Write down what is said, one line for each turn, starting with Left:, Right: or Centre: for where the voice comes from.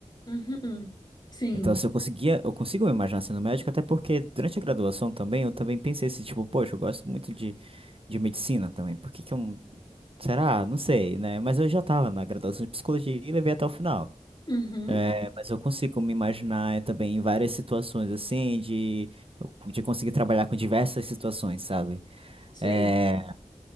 Left: Uhum. Sim.
Right: Então, se eu conseguia, eu consigo me imaginar sendo médico, até porque durante a graduação também, eu também pensei assim, tipo, poxa, eu gosto muito de, de medicina também, por que que eu não... Será? Não sei, né? Mas eu já estava na graduação de psicologia e levei até o final.
Left: Uhum.
Right: Eh, mas eu consigo me imaginar também em várias situações, assim, de, de conseguir trabalhar com diversas situações, sabe?
Left: Sei.
Right: Eh,